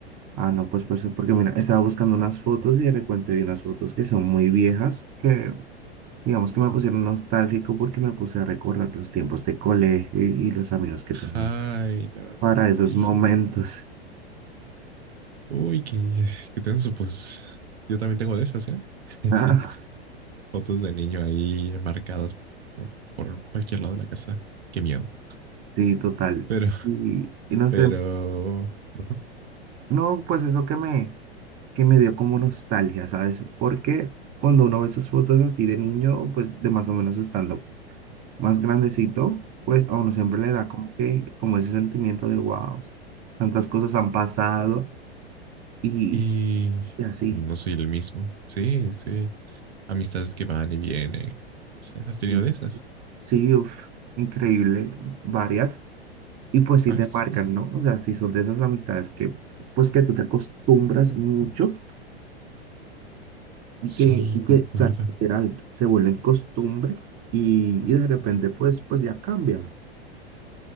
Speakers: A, on the right; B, on the right.
A: ah, no, pues pues porque mira, estaba buscando unas fotos y de repente vi unas fotos que son muy viejas, que digamos que me pusieron nostálgico porque me puse a recordar los tiempos de colegio y, y los amigos que tenía.
B: Ay, no.
A: para esos
B: Fíjate.
A: momentos.
B: Uy, qué, qué tenso, pues yo también tengo de esas, ¿eh? <laughs>
A: Ah,
B: Fotos de niño ahí marcadas por, por cualquier lado de la casa. Qué miedo.
A: sí, total.
B: Pero,
A: Y, y no sé,
B: pero... ujú.
A: no, pues eso que me, que me dio como nostalgia, ¿sabes? Porque cuando uno ve esas fotos así de niño, pues de más o menos estando más grandecito, pues a uno siempre le da como que, como ese sentimiento de wow, tantas cosas han pasado y,
B: Y,
A: y así.
B: y no soy el mismo. Sí, sí. Amistades que van y vienen. O sea, ¿has tenido
A: Sí,
B: de esas?
A: sí, uf, increíble, varias. Y pues sí
B: Ah,
A: te
B: sí.
A: marcan, ¿no? O sea, sí son de esas amistades que, pues que tú te acostumbras mucho Y
B: Sí,
A: que, y que,
B: concuerdo.
A: o sea, literal, se vuelven costumbre y, y de repente pues, pues ya cambian.